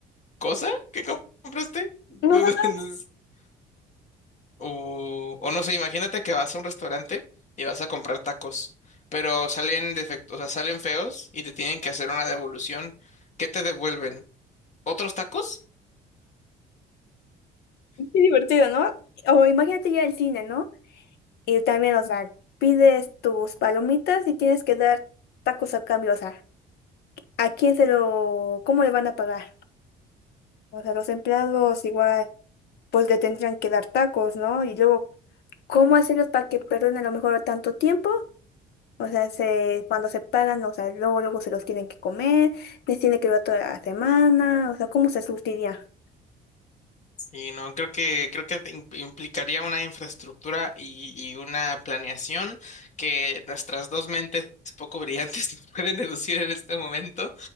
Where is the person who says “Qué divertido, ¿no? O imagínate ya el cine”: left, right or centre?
Left